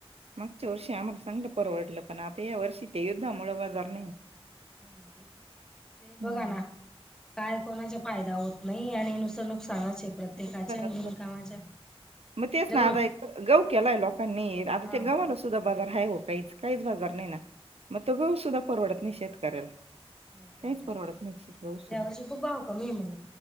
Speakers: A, on the right; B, in the centre.
A: मागच्या
B: असं का
A: वर्षी आम्हाला चांगल परवडलं पण आता या वर्षी ते युद्धा मुळं बाजार नाही.
B: हो ना भाई ते.
A: हम्म
B: बघा ना. काय कोणाचा फायदा होत नाही आणि नुसतं नुकसानाच आहे. प्रत्येकाच्या
A: नुकसानच
B: आणि बिनकामाच्या.
A: मग तेच
B: जल्लो
A: ना आता एक गहू केलाय लोकांनी आता
B: हा
A: ते गव्हालाच सुद्धा बाजार हाय हो काहीच काहीच बाजार नाही ना. मग तो गहू सुद्धा परवडत नाही शेतकर्याला.
B: नाही
A: काहीच परवडत
B: ना
A: नाही गहू सुद्धा.
B: या वर्षी खूप भाव कमी आहे म्हणे